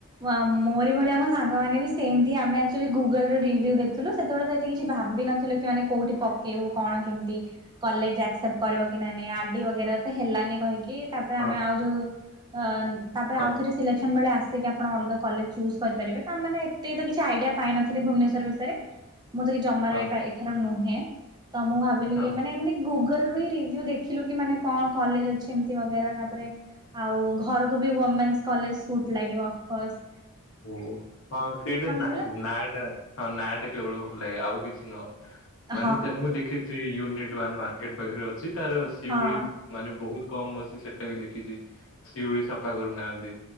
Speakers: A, on the right; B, on the left.
A: ଆ ମୋରି ଭଳିଆ ମୋ ସାଙ୍ଗମାନେ ବି ସେମିତି ଆମେ ଆକଚୁଆଲି ଗୁଗଲରେ ରିଭୁ ଦେଖୁଥିଲୁ ସେତେବେଳେ ତ ଏତେ କିଛି ଭାବିନ ଥିଲୁ କି ମାନେ କୋଉଠି ପକେଇବୁ କଣ କେମତି କଲେଜ ଆକ୍ସେପ୍ଟ କରିବ କି ନା ନାଇଁ ଆଡି ବଗେରା ତ ହେଲାନି କହିକି ତାପରେ
B: ହଁ
A: ଆମେ ଆଉ ଯୋଉ ଅ ତାପରେ
B: ହଁ
A: ଆଉଥରେ ସିଲେକ୍ସନ ବେଳେ ଆସିକି ଆପଣ ଅଲଗା କଲେଜ ଚୁଜ୍ କରିପାରିବେ ତାମାନେ ତେ ତ କିଛି ଆଇଡ଼ିଆ ପାଇନଥିଲି ଭୁବନେଶ୍ୱର ବିଷୟରେ ମୁଁ ତ କି ଜମାରୁ
B: ହଁ
A: ଏଥର ନୁହେଁ ତ ମୁଁ ଭାବିଲି
B: ହଁ।
A: କି ମାନେ ଏମତି ଗୁଗଲ ରୁ ହିଁ ରିୁଭ୍ୟୁ ଦେ ଖିଲୁ କି ମାନେ କ କଲେଜ୍ ଅଛି ଏମିତି ବଗେରା ରା ତେ ଆଉ ଘରୁକୁ ବି ଓମେନ୍ସ କଲେଜ୍ କୁ ଲାଗିବ କଜ୍
B: ଉଁ ହଁ ସେଇଟା ନାଁ
A: ବୋଲେ
B: ନାଟା ହଁ ନାଁଟା କେବଳ ଭଲ ଲାଗେ ଆଉ କିଛି ନୁହଁ ମାନେ
A: ହଁ
B: ତେ ମୁଁ ଦେଖିଚି ୟୁନି ଟ ୱାନ୍ ମାର୍କେଟ୍ ପାଖରେ ଅଛି ତାର ଶିଉଳି
A: ହଁ
B: ମାନେ ବହୁ କମ୍ ଅଛି ସେଟା ବି ଦେଖିଚି ଶିଉଳି ସଫା କରୁନାହାନ୍ତି